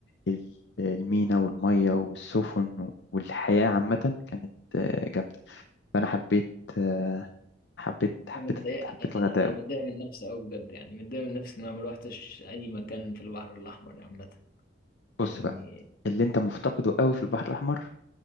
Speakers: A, on the left; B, on the left.
A: ال- المينا والمية والسفن والحياة عامة كانت آه، جامدة فأنا حبيت آه، حبيت حبيت
B: انا متضايق
A: حبيت
B: انا
A: الغردقة
B: أنا
A: أوي
B: متضايق من نفسي قوي بجد يعني متضايق من نفسي ان انا ما روحتش اي مكان في البحر الاحمر يعني عامه
A: بص
B: يعني
A: بقى اللي أنت مفتقده أوي في البحر الأحمر